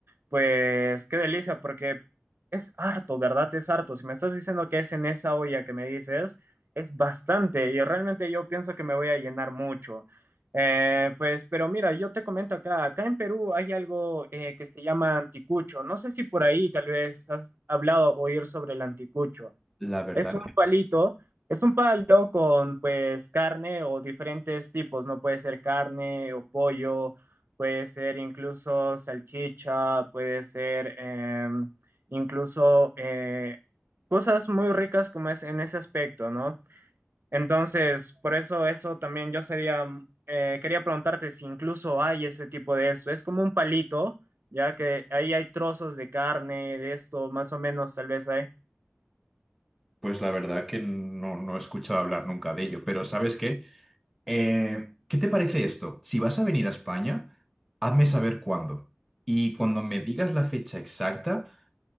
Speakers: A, on the right (about 55°); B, in the centre.
A: pues qué delicia, porque es harto, ¿verdad? Es harto. Si me estás diciendo que es en esa olla que me dices, es bastante y realmente yo pienso que me voy a llenar mucho. Eh, pues, pero mira, yo te comento acá, acá en Perú hay algo eh, que se llama anticucho. No sé si por ahí tal vez has hablado o oír sobre el anticucho.
B: La verdad,
A: Es un palito, es un palo con pues carne o diferentes tipos, no puede ser carne o pollo, puede ser incluso salchicha, puede ser eh, incluso eh, cosas muy ricas como es en ese aspecto, ¿no? Entonces, por eso eso también yo sería, mm, eh, quería preguntarte si incluso hay ese tipo de esto, es como un palito, ya que ahí hay trozos de carne, de esto, más o menos tal vez hay.
B: pues la verdad que no, no he escuchado hablar nunca de ello, pero ¿sabes qué? Eh, ¿qué te parece esto? Si vas a venir a España, hazme saber cuándo. Y cuando me digas la fecha exacta,